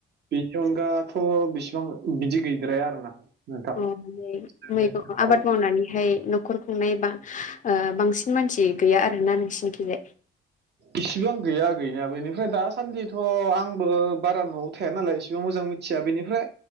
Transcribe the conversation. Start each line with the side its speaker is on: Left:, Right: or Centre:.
Right: बेनि अनगाथ' बिसेबां बिदि गैद्राया आरोना। नोंथां
Left: उम ओमफ्राय
Right: जोंनि
Left: मैगं
Right: ओनसोलाव
Left: आबाद मावनाय बुंनानैहाय न'खर खुंनाय बा ओ बांसिन मानसि गैया आरोना नोंसिनिखिजाय। <inaudible>
Right: इसिबो आं गैया गैया बेनिफ्राय दासान्दिथ' आंबो बारा न'आव थाया नालाय एसेबां मोजां मि थिया बेनिफ्राय